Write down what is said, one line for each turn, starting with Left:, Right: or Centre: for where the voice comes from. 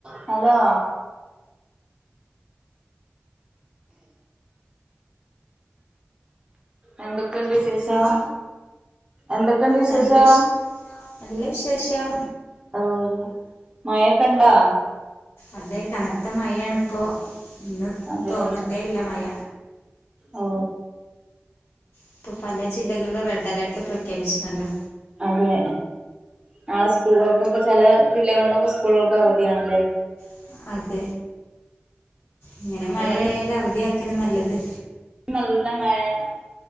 Right: Hello എന്തൊക്ക് ക്കണ്ട് വിശേഷം
Left: ഹലോ
Right: എന്തൊക്കെണ്ട് വിശേഷം
Left: നല്ല വിശ് നല്ല വിശേഷം
Right: ഓ മഴൊക്കെണ്ടോ
Left: അതെ കനത്ത മഴയാണിപ്പോ ഇന്ന്
Right: അതെ
Left: തോർന്നിട്ടേല്ല മഴ
Right: ഓ
Left: ഇപ്പൊ പലേ ജില്ലകളിലും റെഡ് അലേർട്ട് പ്രഖ്യാപിച്ച്ണല്ലൊ
Right: അതെ നാളെ സ് കൂളുകൾക്കൊക്കെ ചെല ജില്ലകളിലക്കെ സ്കൂളുകൾക്ക് അവധിയാണല്ലേ
Left: <inaudible> ഇങ്ങനെ മഴയാല
Right: ഇവിടെ
Left: അവധിയ അങ്ങനെ നല്ലത്
Right: നല്ല മഴയാണ്